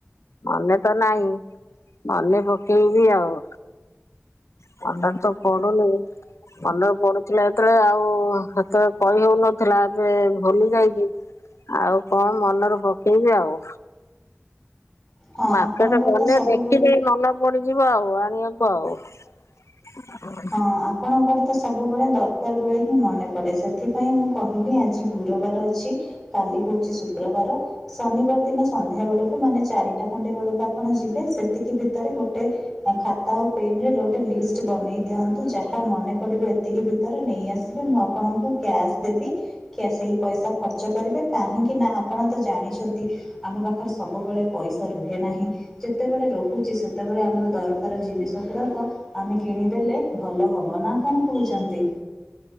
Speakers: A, on the left; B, in the centre.
A: ମନେ ତ ନାହିଁ ମନେ ପକେଇବି ଆଉ। ମନରେ ତ ପଡୁନି ମନ ରେ ପଡୁଥିଲେ ସେତେବେଳେ ଆଉ ସେତେବେଳେ କହି ହଉନଥିଲା ଏବେ ଭୁଲି ଯାଇକି ଆଉ କଣ ମନରୁ ପକେଇବି ଆଉ
B: ହଁ
A: ମାର୍କେଟ
B: ଆପଣଙ୍କର
A: ଗଲେ
B: ତ ସବୁବେଳେ
A: ଦେଖିଲେ ନନବ ପଡିଯିବ ଆଉ ଆଣିବାକୁ ଆଉ।
B: ହଁ, ଆପଣଙ୍କର ତ ସବୁବେଳେ ଦରକାର ବେଳେ ହିଁ ମନେ ପଡେ ସେଥିପାଇଁ ମୁଁ କହିଲି ଆଜି ଗୁରୁବାର ଅଛି। କାଲି ହଉଛି ଶୁକ୍ରବାର, ଶନିବାର ଦିନ ସନ୍ଧ୍ୟା ବେଳକୁ ମାନେ ଚାରି ଟା ଖଣ୍ଡେ ବେଳକୁ ଆପଣ ଯିବେ ସେତିକି ଭିତରେ ଗୋଟେ ଖାତା ଆଉ ପେନ୍ ରେ ଗୋଟେ ଲିଷ୍ଟ ବନେଇ ଦିଅନ୍ତୁ ଯାହା ମନେ ପଡିବ ଏତ୍ ଏତିକି ଭିତରେ ନେଇଆସିବେ ମୁଁ ଆପଣଙ୍କୁ କ୍ୟାସ୍ ଦେବି କ୍ୟା ସେଇ ପଇସା ଖର୍ଚ୍ଚ କରିବେ କାହିଁକି ନା ଆପଣ ତ ଜାଣିଛନ୍ତି ଆମ ପାଖରେ ସବୁବେଳେ ପଇସା ରୁହେ ନାହିଁ ଯେତେବେଳେ ରହୁଛି ସେତେବେଳେ ଆମର ଦର କାର ଜିନିଷ ଗୁଡ଼ାକ ଆମେ କିଣିଦେଲେ ଭଲ ହବ ନା କଣ କହୁଛନ୍ତି?